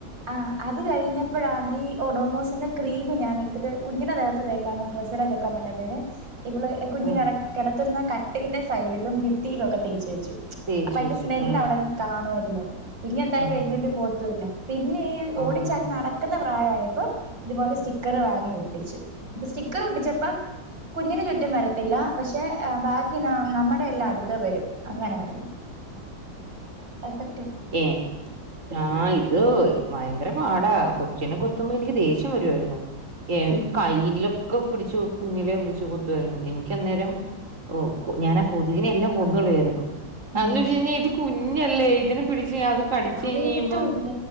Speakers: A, on the right; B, on the right.
A: ആ അ ത് കഴിഞ്ഞപ്പോഴാണ് ഈ ഒഡോമോസിന്റെ ക്രീം ഞാൻ എടുത്തിട്ട് കുഞ്ഞിന്റെ ദേഹത്ത് തേക്കാതെ ഡ്രസ്സിലെ തേക്കാൻ പ <unintelligible> ഇപ്പോള് കുഞ്ഞ്
B: ആ
A: കെ കേടത്തുന്ന കട്ടിലിന്റെ സൈഡിലും ഭിത്തിയിലും ഒക്കെ തേച്ചു വെച്ചു
B: തേച്ച്
A: അപ്പൊ അതിന്റെ
B: വെച്ചു
A: സ്മെല്ല്
B: ആ
A: അവിടെ കാണുവ അല്ല ഇനി എന്തായാലും
B: ആ
A: എഴുനേറ്റ് പോകത്തൂല്ല പിന്നെ ഈ
B: ആ
A: ഓടിച്ചടി
B: ആ
A: നടക്കുന്ന
B: ഉം
A: പ്രായമായപ്പോ ഇതുപോലെ സ്റ്റിക്കർ വാങ്ങി ഒട്ടിച്ചു അപ്പ സ്റ്റിക്കർ ഒട്ടിച്ചപ്പം കുഞ്ഞിനു ചുറ്റും വരത്തില്ല പക്ഷെ ബാക്കി നമ്മുടെ എല്ലാം അടുത്ത് വരും അങ്ങനായിരുന്നു പക്ഷേ
B: ഏഹ് ആഹ് ഇത് ഭയങ്കര പാട കൊച്ചനെ കൊത്തുമ്പോ എനിക്ക് ദേഷ്യം വരുവായിരുന്നു ഏ
A: ഉം
B: കയ്യിലൊക്കെ പിടിച്ചു കുഞ്ഞിലെ പിടിച്ചു കൊത്തുയിരുന്നു എനിക്ക് അന്നേരം ഓ ഞാനൻ ആ കൊതുകിനെ എല്ലാം കെന്ന് കളയായിരുന്നു
A: ഉം
B: അന്ന് ഇജ് ഞ്ഞി ഇത് കുഞ്ഞ ല്ലേ ഇതിന് പിടിച്ച് അത് കടിച്ച
A: അറിയത്തൂല്ല
B: കഴഞ്ഞ് കഴിയുമ്പം